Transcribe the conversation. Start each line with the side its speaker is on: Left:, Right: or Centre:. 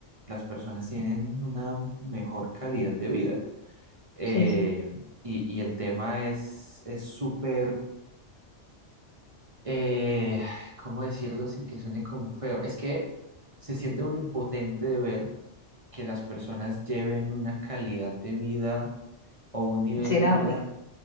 Right: las personas tienen una mejor calidad de vida. Eh,
Left: sí, sí,
Right: y, y el tema es es súper, eh, ¿cómo decirlo sin que suene como feo? Es que se siente uno impotente de ver que las personas lleven una calidad de vida o un nivel
Left: miserable,
Right: de vida,